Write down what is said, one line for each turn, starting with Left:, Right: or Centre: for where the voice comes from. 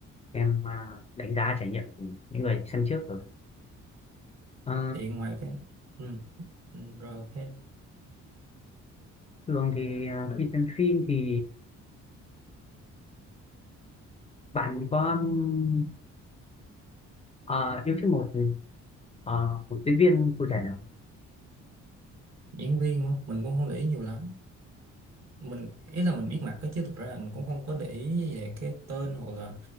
Left: em à, đánh giá trải nghiệm của những người xem trước rồi Ờ,
Right: thì ngoài cái ừ. ừ, rồi ok
Left: thường thì à, khi xem phim thì bạn có um, ờ, yêu thích một ờ, một diễn viên cụ thể nào không?
Right: diễn viên hả? mình cũng không để ý nhiều lắm mình ý là mình biết mặt đó chứ thực ra là mình cũng không có để ý về cái tên hoặc là